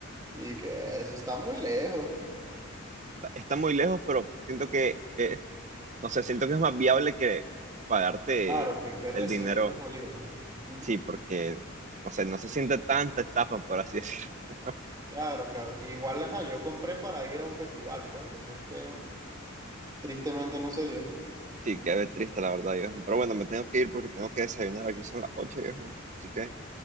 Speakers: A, on the right; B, on the right.
A: Y que eso está muy lejos.
B: Está muy lejos, pero siento que, eh, no sé, siento que es más viable que pagarte
A: Claro, que, que recibir
B: el dinero,
A: los bolívares. ¿no? Ujú.
B: sí, porque, no sé, no se siente tanta estafa, por así decirlo. <laughs>
A: Claro, claro. Igual, ajá, yo compré para ir a un festival, pues, lo que es que tristemente no se dio.
B: Sí, qué triste, la verdad, viejo. Pero bueno, me tengo que ir porque tengo que desayunar. Aquí son las 8, viejo. Así que